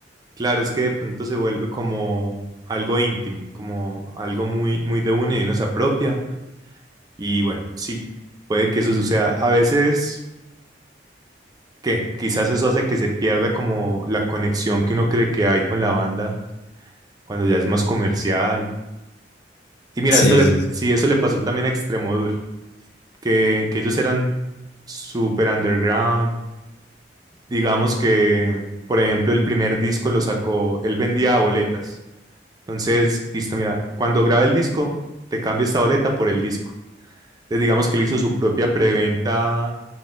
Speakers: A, on the right; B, on the left.
A: Claro, es que de pronto se vuelve como algo íntimo, como algo muy, muy de uno y uno se apropia. Y bueno, sí, puede que eso suceda. A veces, que quizás eso hace que se pierda como la conexión que uno cree que hay con la banda cuando ya es más comercial Y mira,
B: Sí,
A: esto le,
B: sí, sí,
A: sí, eso le pasó también a Extremo Duro, que, que ellos eran super underground. Digamos que, por ejemplo, el primer disco lo sacó, él vendía boletas. Entonces, listo, mira, cuando graba el disco, te cambia esta boleta por el disco. Entonces, digamos que él hizo su propia preventa